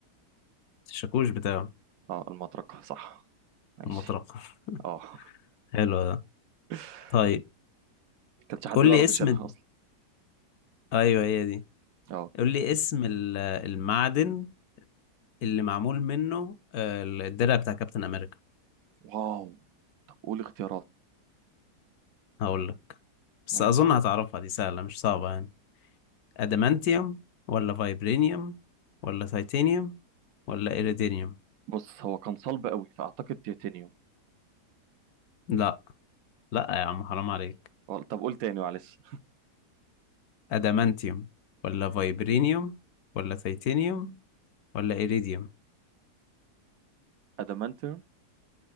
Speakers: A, on the left (about 70°); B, on the right (about 70°).
A: الشاكوش بتاعه
B: اه المطرقه صح ماشي
A: المطرقة <laughs>
B: اه
A: حلو ده
B: <laughs>
A: طيب
B: كانش حد
A: قول
B: بيعرف
A: لي اسم
B: يشيلها
A: الد-
B: اصلا
A: ايوه هي دي
B: اه
A: قول لي اسم ال- المعدن اللي معمول منه آه، الدرع بتاع كابتن امريكا
B: واو طب قول اختيارات
A: هقول لك بس
B: ماشي
A: أظن هتعرفها دي سهلة مش صعبة يعني أدمانتيوم ولا فايبرينيوم ولا تيتانيوم ولا إيريدينيوم
B: بص هو كان صلب قوي فاعتقد تيتانيوم
A: لا لا يا عم حرام عليك
B: وال- طب قول تاني معلش
A: أدمانتيوم ولا فايبرينيوم ولا تيتانيوم ولا إيريديوم
B: ادمانتيوم